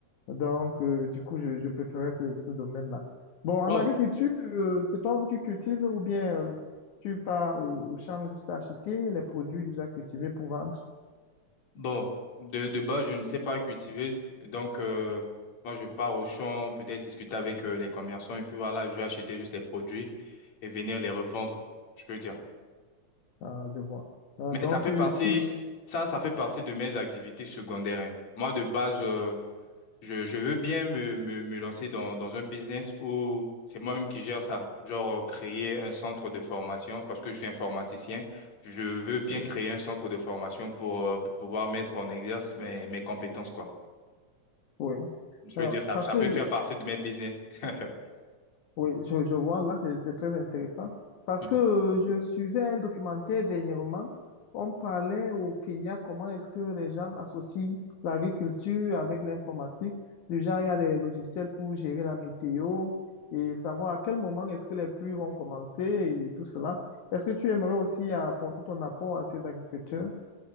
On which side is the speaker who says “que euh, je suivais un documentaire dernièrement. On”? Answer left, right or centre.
Left